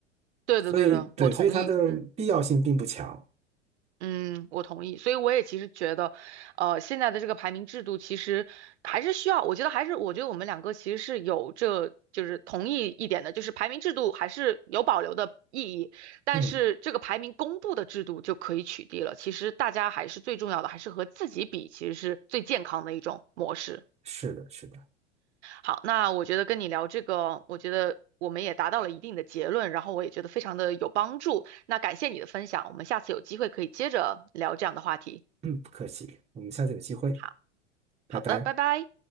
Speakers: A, on the right (about 65°); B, on the right (about 20°).
A: 对的，
B: 所以对，
A: 对的，我同意，
B: 所以它的必要性并不强。
A: 嗯嗯，我同意。所以我也其实觉得，呃，现在的这个排名制度其实还是需要，我觉得还是，我觉得我们两个其实是有这就是同意一点的，就是排名制度还是有保留的意义，但是这个排名公布的制度就可以取缔了。
B: 嗯，
A: 其实大家还是最重要的，还是和自己比，其实是最健康的一种模式。
B: 是的，是的，
A: 好，那我觉得跟你聊这个，我觉得我们也达到了一定的结论，然后我也觉得非常的有帮助。那感谢你的分享，我们下次有机会可以接着聊这样的话题。
B: 嗯，不客气，我们下次有机会，
A: 好，
B: 拜拜。
A: 好的，拜拜。